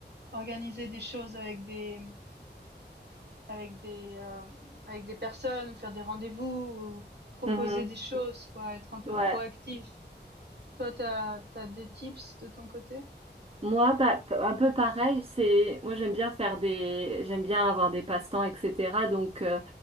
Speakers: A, on the right; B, on the right.
A: organiser des choses avec des avec des euh, avec des personnes ou faire des rendez-vous ou proposer
B: Mhm.
A: des choses quoi, être un peu
B: Ouais.
A: proactif. Toi, t'as, t'as des tips de ton côté?
B: Moi, bah, p- un peu pareil, c'est moi j'aime bien faire des j'aime bien avoir des passe-temps, etc. Donc euh,